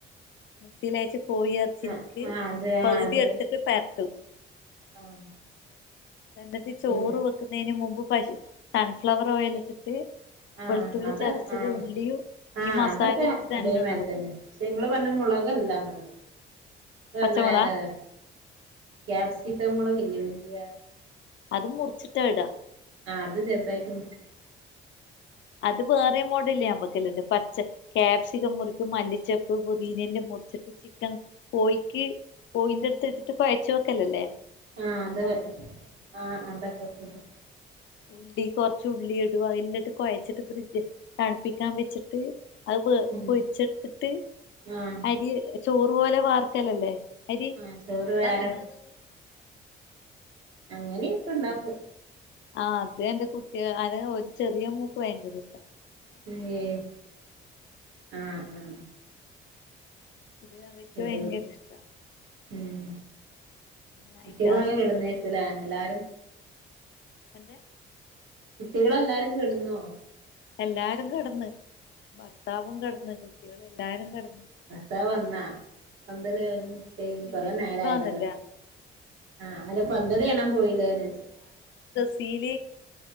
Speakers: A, on the left (about 70°); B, on the right (about 85°).
A: മിക്സീല് അരച്ച് കോഴിയെറച്ചിനിക്ക്
B: ആഹ് ആഹ് അത്
A: പകുതി
B: ആഹ് അത്
A: എടുത്തിട്ട് പെരട്ടും.
B: ആഹ്
A: എന്നിട്ട് ചോറ്
B: പിൻ
A: വെക്കുന്നതിന്മുമ്പ് പശു സൺഫ്ലവർ ഓയിൽ ഇട്ടിട്ട്
B: ആഹ്
A: വെളുത്തുള്ളി
B: അത്
A: ചതച്ചതും
B: ആഹ്
A: ഉള്ളിയും
B: ആഹ്
A: ഈ മസാല
B: അതൊക്കെ
A: ഇട്ടിട്ട്
B: അതേമാതിരി
A: നല്ലണം എളക്കും.
B: തന്നെ പക്ഷെ ഇങ്ങള് പറഞ്ഞ മുളകല്ല ഞങ്ങളത്. നിങ്ങള്
A: പച്ചമുളകാ
B: പറഞ്ഞ വേറെ ഏതോ കാപ്സിക്കം മൊളകില്ലേ വല്ല്യ
A: അതും മുറിച്ചിട് ഇടാ.
B: ആ അത് ചെറുതായിട്ട് മുറിച്ചിട്ട്
A: അത് വേറെ മോഡല് ഞാൻ വെക്കല്ലുണ്ട് പച്ച കാപ്സിക്കം മുറിക്കും. മല്ലിച്ചപ്പ് പൊതീനെല്ലാം മുറിച്ചിട്ട് ചിക്കൻ കോഴിക്ക് കോയിന്റെ അടുത്ത് എടുത്തിട്ട് കൊഴച്ച വെക്കല്ലല്ലേ
B: <unintelligible>
A: ഉള്ളി കൊറച് ഉള്ളി ഇടുവ. എന്നിട്ട് കൊഴച്ചിട്ട് ഫ്രിഡ്ജ് തണുപ്പിക്കാൻ വെച്ചിട്ട് അത്
B: ഉം
A: പൊരിച്ചെടുത്തിട്ട്.
B: ആഹ്
A: അരി ചോറ് പോലെ വാർക്കലല്ലേ അരി
B: ആ ചോറ്
A: അതാ
B: വേറെ
A: നിങ്ങള് പറയുന്നേ
B: അങ്ങനിയൊക്കെ ഉണ്ടാക്കും
A: ആ അത് എന്റെ കുട്ടിക അന ഒരു ചെറിയ മോക്ക് ഭയങ്കര ഇഷ്ട
B: നിഹെ ആഹ ആഹ
A: ഇത് അവറ്റ
B: ഒരു
A: ഭയങ്കര ഇഷ്ട
B: ഉം
A: ഞാൻ
B: കുട്ടികള
A: ഇതാക്കി
B: കെടുന്നേരിക്കും ലെ എല്ലാരും
A: എന്തെ
B: കുട്ടികളല്ലാരും കെടുന്നോ
A: എല്ലാരും കെടന്നു ഭർത്താവും കെടന്ന് കുട്ടികളല്ലാരും കെടന്ന്
B: ഭർത്താവ് വന്ന പന്തളി കൈഞ്ഞ്
A: ഇന്ന്
B: കൊറേ
A: ലീവാന്നല്ലേ
B: നേരായല്ലോലെ ആഹ് അല്ല പന്തളി കാണാൻ പോയില്ലേന്ന് വെച്ച
A: തിൽ